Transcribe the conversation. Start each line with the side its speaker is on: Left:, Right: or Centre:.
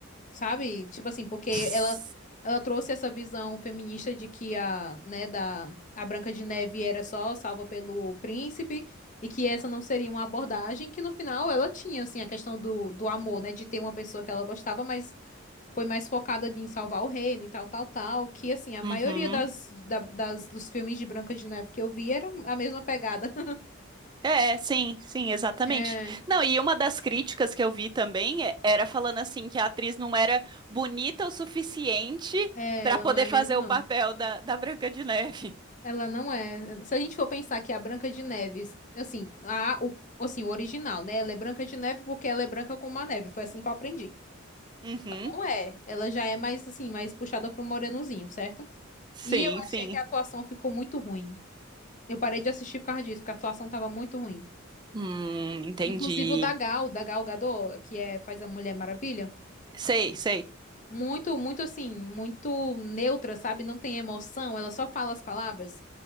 Left: sabe? Tipo assim, porque
Right: Ss-
Left: ela ela trouxe essa visão feminista de que a, né, da a Branca de Neve era só salva pelo príncipe e que essa não seria uma abordagem que no final ela tinha assim a questão do, do amor, né, de ter uma pessoa que ela gostava, mas foi mais focada de em salvar o reino e tal, tal, tal, que assim, a maioria
Right: Uhum.
Left: das, da- das dos filmes de Branca de Neve que eu vi era a mesma pegada. <laughs>
Right: É, sim, sim, exatamente.
Left: É,
Right: Não, e uma das críticas que eu vi também é- era falando assim que a atriz não era bonita o suficiente
Left: é,
Right: para
Left: ela
Right: poder
Left: não é
Right: fazer
Left: mesmo, não.
Right: o papel da, da Branca de Neve.
Left: Ela não é. eh, Se a gente for pensar que é a Branca de Neve, assim, a, o, assim, o original, né? Ela é Branca de Neve porque ela é branca como a neve. Foi assim que eu aprendi.
Right: Uhum.
Left: Não é. Ela já é mais, assim, mais puxada pro morenozinho, certo?
Right: Sim,
Left: E eu
Right: sim.
Left: achei que a atuação ficou muito ruim. Eu parei de assistir por causa disso, porque a atuação tava muito ruim.
Right: Hum, entendi.
Left: Inclusive o da Gal, da Gal Gadot, que é, faz a Mulher Maravilha.
Right: Sei, sei.
Left: Muito, muito assim, muito neutra, sabe? Não tem emoção, ela só fala as palavras.